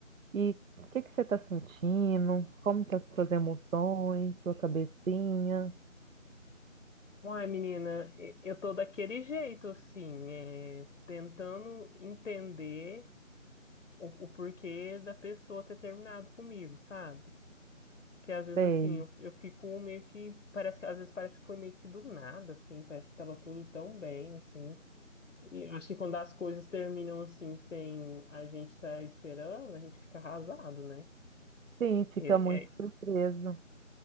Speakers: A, on the right; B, on the left.
A: E o que que você tá sentindo? Como tá suas emoções, sua cabecinha?
B: Uai, menina, e- eu tô daquele jeito, assim, é, tentando entender o, o porquê da pessoa ter terminado comigo, sabe? Que às vezes,
A: Sei.
B: assim, eu, eu fico meio que, parece que, às vezes parece que foi meio que do nada, assim, parece que tava tudo tão bem, assim. E eu acho que quando as coisas terminam, assim, sem a gente estar esperando, a gente fica arrasado, né?
A: Sim, fica
B: E,
A: muito
B: é,
A: surpreso.